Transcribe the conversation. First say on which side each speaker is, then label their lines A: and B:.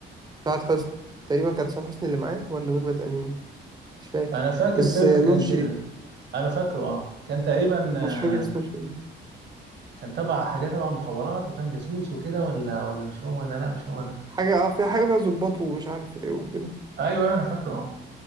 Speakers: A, on the right; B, on the right.
A: سعاد حسني تقريبا كانت سعاد حسني اللي معاه ولا ميرفت أمين مش فاكر
B: انا فاكر
A: بس
B: فيلم
A: آه،
B: كان
A: نور الشريف
B: كده انا فاكره اه كان تقريبا آه
A: مش فاكر اسم الفيلم
B: كان تبع حاجه تبع مخابرات وكان جاسوس وكده ولا ولا مش هو ده لا مش هو ده
A: حاجة اه في حاجة فيها ظباط ومش عارف ايه وكده
B: ايوه ايوه انا فاكره اه